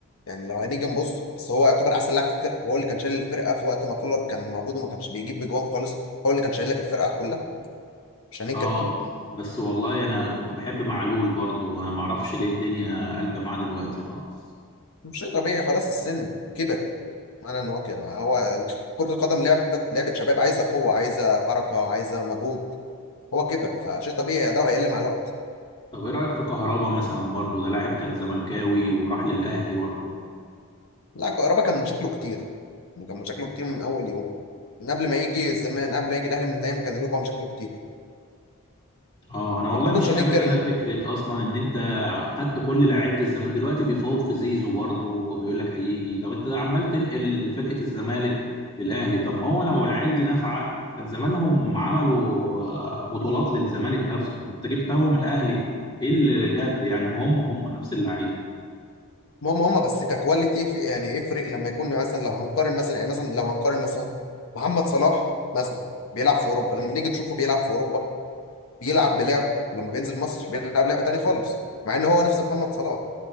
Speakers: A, on the left; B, on the left.
A: يعني لو هنيجي نبص بس هو يعتبر احسن لاعب في الفرقه هو اللي كان شايل الفرقه في وقت ما كولر كان موجود وما كانش بيجيب بجوان خالص هو اللي كان شايل لك الفرقه كلها مش هننكر
B: اه
A: ده
B: بس بس والله انا كنت بحب معلول برضه انا ما اعرفش ليه الدنيا قلبه معاه دلوقتي خالص
A: مش شيء طبيعي خلاص السن كبر انا نواكي ما هو كرة القدم لعبة لعبة شباب عايزة قوة عايزة حركة عايزة مجهود هو كبر فشيء طبيعي ده هيقل مع الوقت
B: طب ايه رايك في كهربا مثلا برضو ده لاعب كان زملكاوي وراح للاهلي برضو
A: لا كهربا كان مشاكله كتير كان مشاكله كتير من اول يوم من قبل ما يجي الزمان قبل ما يجي الاهلي من دايما كان لكم مشاكله كتير
B: اه انا والله
A: وبرضه
B: مش
A: مش
B: حابب
A: هننكر
B: انا
A: ان
B: فكره اصلا ان انت خدت كل لعيبه الزمالك دلوقتي بيفاوض في زيزو برضو وبيقول لك هيجي طب انت عمال تنقل فرقه الزمالك للاهلي طب ما هو لو العيال دي نافعه كان زمانهم عملوا آه، بطولات للزمالك نفسه انت جبتهم الاهلي ايه اللي جد يعني ما هم هم نفس اللعيبه
A: هم هم بس ككواليتي في يعني يفرق لما يكون مثلا لو هنقارن مثلا يعني مثلا لو هنقارن مثلا محمد صلاح مثلا بيلعب في اوروبا لما نيجي نشوفه بيلعب في اوروبا بيلعب بلعب لما بينزل مصر بيلعب لعبه تانيه خالص مع ان هو نفس محمد صلاح